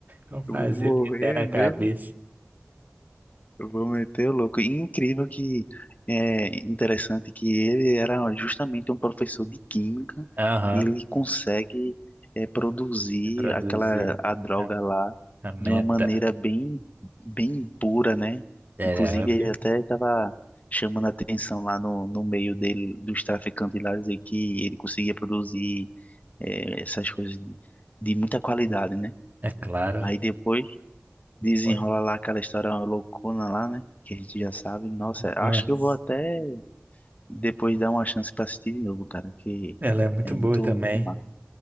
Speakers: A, on the right; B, on the left.
A: vamos
B: eu
A: fazer
B: vou morrer
A: o que der na
B: mesmo.
A: cabeça.
B: Eu vou meter o louco. E incrível que é interessante que ele era justamente um professor de química
A: Aham,
B: e ele consegue é, produzir
A: Reproduzir
B: aquela a droga
A: a,
B: lá
A: a meta.
B: de uma maneira bem bem pura, né?
A: Era
B: Inclusive
A: óbvio,
B: ele até estava chamando a atenção lá no, no meio dele dos traficantes lá dizer que ele conseguia produzir é, essas coisas de, de muita qualidade, né?
A: é claro.
B: Aí depois desenrola
A: Foi.
B: lá aquela história loucona lá, né? Que a gente já sabe. Nossa, acho
A: Nossa,
B: que eu vou até depois dar uma chance pra assistir de novo, cara, que
A: ela é muito
B: é
A: boa
B: muito,
A: também.
B: muito massa.